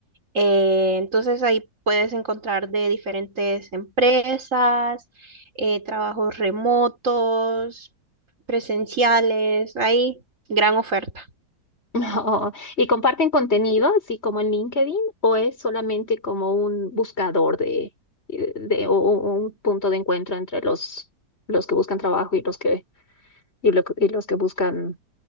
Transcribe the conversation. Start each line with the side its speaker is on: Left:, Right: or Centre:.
Right: Eh, entonces ahí puedes encontrar de diferentes empresas, eh, trabajos remotos, presenciales, hay gran oferta.
Left: <laughs> Oh, ¿y comparten contenido, así como en LinkedIn, o es solamente como un buscador de, de o o un punto de encuentro entre los, los que buscan trabajo y los que, y lo- y los que buscan